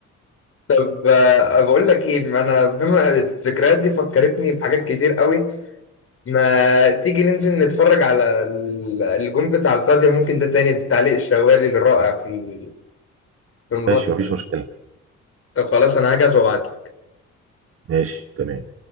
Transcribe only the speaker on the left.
طب آه، بقول لك ايه ما انا بما الذكريات دي فكرتني بحاجات كتير قوي ما تيجي ننزل نتفرج على ال- الجون بتاع القاضية ممكن ده تاني بتعليق الشوالي الرائع في في الموضوع
ده.
طب خلاص انا هجهز وابعت